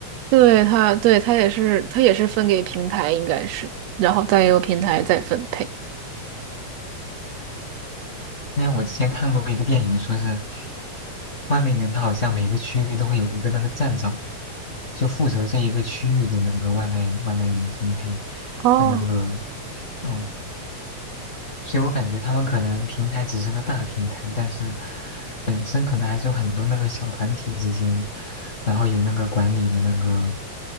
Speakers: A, on the right; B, on the left.
A: 对他，对他也是，他也是分给平台，应该是，然后再由平台再分配。
B: 因为我之前看过一个电影，说是外卖员，他好像每个区域都会有一个那个站长，就负责这一个区域的那个外卖外卖员分配
A: 哦，
B: 和那个嗯，所以我感觉他们可能平台只是个大平台，但是本身可能还是有很多那个小团体之间，然后有那个管理的那个